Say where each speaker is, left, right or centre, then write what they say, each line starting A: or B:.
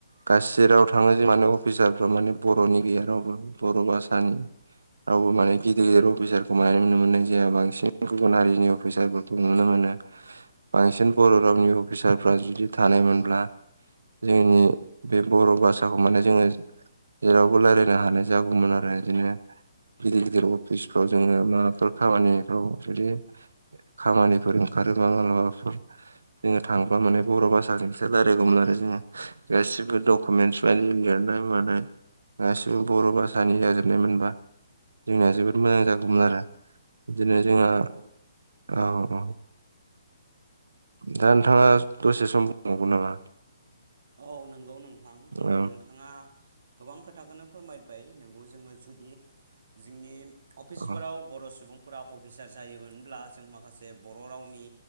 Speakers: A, on the right (about 80°); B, on the right (about 65°).
A: गासै राव थाङो जों माने अफिसारफ्रा माने बर'नि गैया रावबो बर' भाषानि रावबो माने गिदिर अफिसारखौ माने नुनो मोननाय जाया बांसिन गुबुन हारिनि अफिसारफोर नुनो मोनो बांसिन बर' रावनि अफिसारफ्रा जुदि थानायमोनब्ला जोंनि बे बर' भाषाखौ माने जोङो जेरावबो रायलायनो हानाय जागौमोन आरो बिदिनो गिदिर गिदिर अफिसफ्राव जोङो माबाफोर खामानिफ्राव जुदि खामानिफोर ओंखारो मालाबा मालाबाफोर जोङो थांब्ला माने बर' भाषाजोंसो रायलायगौमोन आरो जोङो गासिबो डकुमेन्टस लिरनाय मानाय गासिबो बर' भाषानि जाजोबनाय मोनबा जोंनिया जोबोद मोजां जागौमोन आरो बिदिनो जोंहा
B: नोंगौ
A: औ औ दा नोंथाङा दसे सम बुंबावगोन नामा?
B: औ नंगौ नोंथां
A: औ
B: नोंथाङा गोबां खो थाखोनो फोरमायबाय नोंगौ जोङो जुदि जोंनि अफिसफोराव
A: औ
B: बर' सुबुं फोरा अफिसार जायोमोनब्ला जों माखासे बर' रावनि